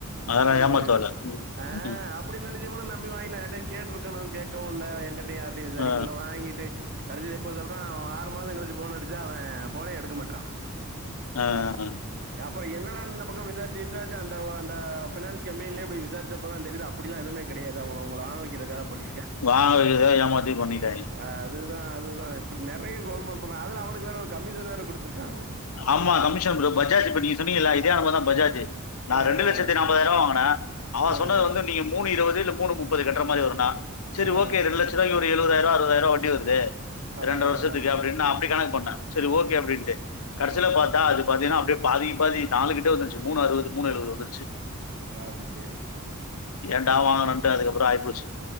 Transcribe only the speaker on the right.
அப்டின்னு
சொல்லிருக்கா
அ அப்
அப்படி நினைச்ச கூட நம்பி வாங்கின அத கேட்டு இருக்கணும் கேவும் இல்ல எங்கிட்டய யாரிட்டையும் விசாரிக்கவும்
இல்ல வாங்கிட்டு கடைசியில எப்போ சொல்றான் ஆறு மாசம் கழிச்சு போன் அடிச்சா அவன் போனே எடுக்க மாட்டறான்
அப்புற என்னடா இந்த பக்கம் விசாரிச்சு விசாரிச்ச அந்த அந்த ஃபினான்ஸ் கம்பனியிலய விசாரிச்சப்ப தான் தெரியுது அப் அப்படிலாம் எதுமே கிடையாது அவங்களை ஆ அழ வக்கிறதுக்காக பண்ணிருக்கா
ஆ அது தான் அதுதான் இப்படி நிறைய கோல்முல் பண்றான் அதுல அவனுக்கு வேற ஒரு கமிஷன் வேற கொடுத்துருக்கா அவேன்
ஆ
ஆ
ஆ
அதான்
அதான்
அதான்
அது சேரி